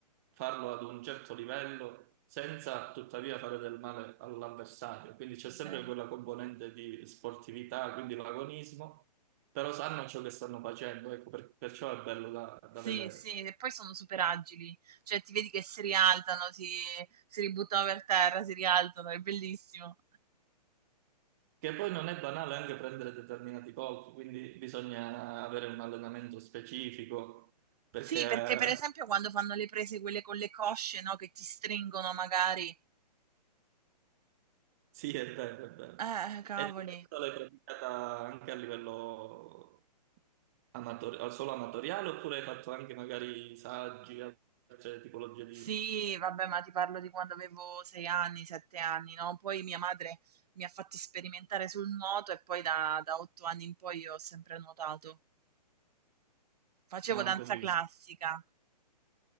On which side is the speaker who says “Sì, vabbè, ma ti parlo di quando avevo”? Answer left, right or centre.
Right